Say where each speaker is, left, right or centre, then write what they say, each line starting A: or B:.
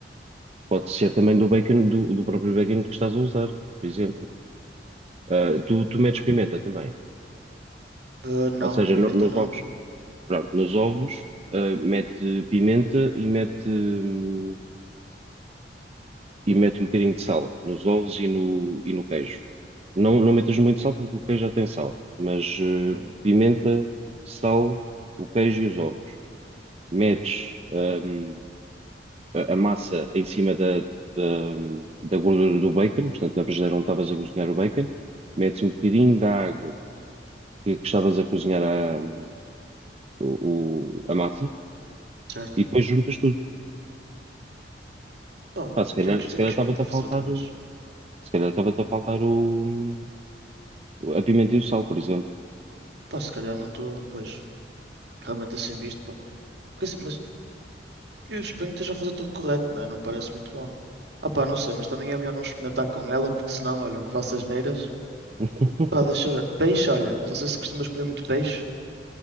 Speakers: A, on the right; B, on the right.
A: Pode ser também do bacon, do, do próprio bacon que estás a usar, por exemplo. Ah, tu, tu metes
B: Pá,
A: pimenta também.
B: ah, não,
A: Ou seja,
B: pimenta
A: no- nos
B: não.
A: ovos, pronto, nos ovos, ah, mete pimenta e mete. hum, e mete um bocadinho de sal nos ovos e no, e no queijo. Não, não metas muito sal porque o queijo já tem sal, mas eh,
B: Sim.
A: pimenta, sal, o queijo e os ovos. Metes hum, a, a massa em cima da, da, da gordura do bacon, portanto, na frigideira onde estavas a cozinhar o bacon, metes um bocadinho da água que, que estavas a cozinhar a, hum, o, o- a massa
B: Certo?
A: e depois juntas tudo.
B: Pá,
A: Pá, se calhar,
B: tenho que,
A: se
B: tenho
A: calhar
B: que
A: estava-te
B: experimentar
A: a
B: fazer
A: faltar
B: outra vez.
A: o, se calhar estava-te a faltar o, hum, A pimenta e o sal, por exemplo.
B: Pá, se calhar não estou, pois, realmente assim visto, pá. Porque assim, mas eu suponho que esteja a fazer tudo correto, não é? Não me parece muito mal. Ah pá, não sei, mas também é melhor não experimentar com ela, porque senão, olha, faço asneiras
A: <laughs>
B: Pá, deixa eu ver. Peixe, olha, não sei se costumas comer muito peixe.